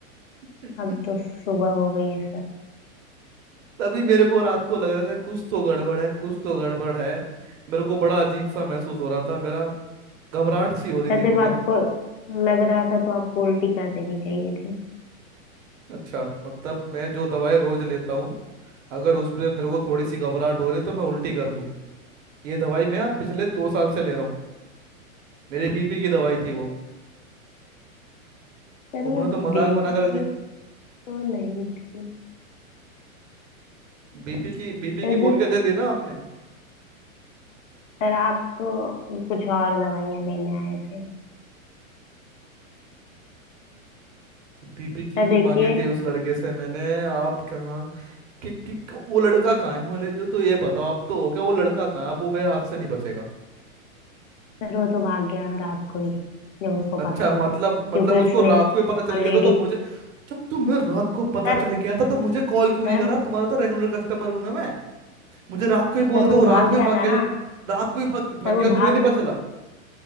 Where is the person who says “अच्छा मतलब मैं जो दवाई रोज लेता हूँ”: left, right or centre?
Right